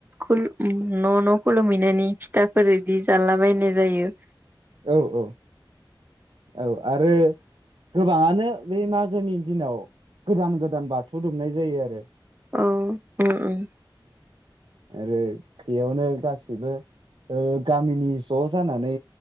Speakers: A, on the right (about 25°); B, on the right (about 85°).
A: खुलुम न' न' खुलुमहैनानै फिथाफोर इदि जाला बायनाय जायो।
B: औ औ औ आरो गोबाङानो बे मागोनि दिनाव गोदान गोदान बाथौ दुमनाय जायो आरो।
A: औ ओम ओम।
B: आरो बेयावनो गासैबो गामिनि ज' जानानै